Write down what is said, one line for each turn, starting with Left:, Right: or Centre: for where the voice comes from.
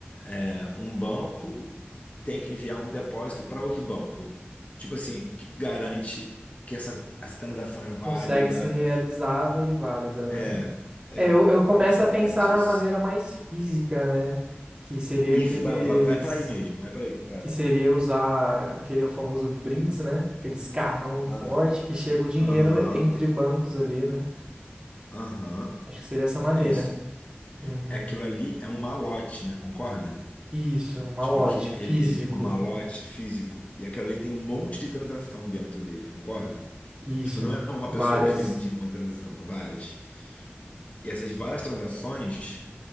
Left: é, um banco tem que enviar um depósito para outro banco. Tipo assim, que garante que essa, essa transação é válida?
Right: Consegue ser realizada e válida, né?
Left: É, é,
Right: É, eu, eu começo
Left: como é que você
Right: a
Left: entende
Right: pensar na
Left: isso?
Right: maneira mais física, né? Que seria
Left: Isso,
Right: aqueles.
Left: vai, vai, vai para aí mesmo, vai para aí, vai.
Right: Que seria usar aquele o famoso Brinks, né? Aqueles carrão forte
Left: Aham,
Right: que chega o dinheiro
Left: aham,
Right: entre bancos ali, né?
Left: aham,
Right: Acho que seria essa maneira.
Left: é isso.
Right: Uhum.
Left: aquilo ali é um malote, né? Concorda?
Right: Isso, um malote
Left: Tipo, aqui,
Right: físico.
Left: ele, ele, um malote físico, e aquilo ali tem um monte de transação dentro dele, concorda?
Right: Isso,
Left: Tipo, não é uma
Right: várias.
Left: pessoa que fez um di- uma transação, várias. E essas várias transações,